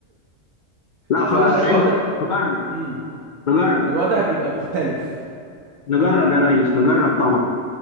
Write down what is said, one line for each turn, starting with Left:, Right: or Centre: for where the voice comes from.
Left: لا خلاص
Right: فالوضع
Left: حلو نجرب
Right: امم
Left: نجرب
Right: الوضع بيبقى مختلف
Left: نجرب يا ريس نجرب طبعا